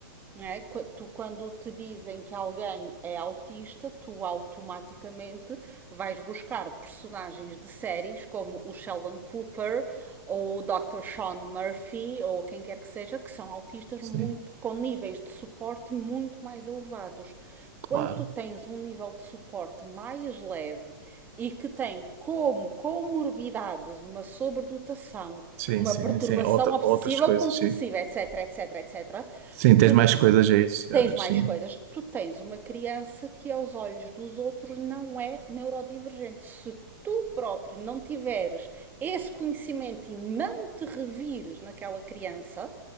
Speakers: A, on the right; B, on the right.
A: não é? Tu, quando te dizem que alguém é autista, tu automaticamente vais buscar personagens de séries como o Sheldon Cooper ou o Dr. Sean Murphy ou quem quer que seja, que são autistas
B: Sim,
A: muito, com níveis de suporte muito mais elevados.
B: claro.
A: Quando tu tens um nível de suporte mais leve e que tem como comorbidades uma sobredotação,
B: Sim,
A: uma
B: sim,
A: perturbação
B: sim. Outra-
A: obsessiva
B: outras coisas,
A: ou compulsiva,
B: sim.
A: etc, etc, etc,
B: Sim, tens
A: tu
B: mais coisas aí associadas,
A: tens mais
B: sim.
A: coisas. Tu tens uma criança que, aos olhos dos outros, não é neurodivergente. Se tu próprio não tiveres esse conhecimento e não te revires naquela criança,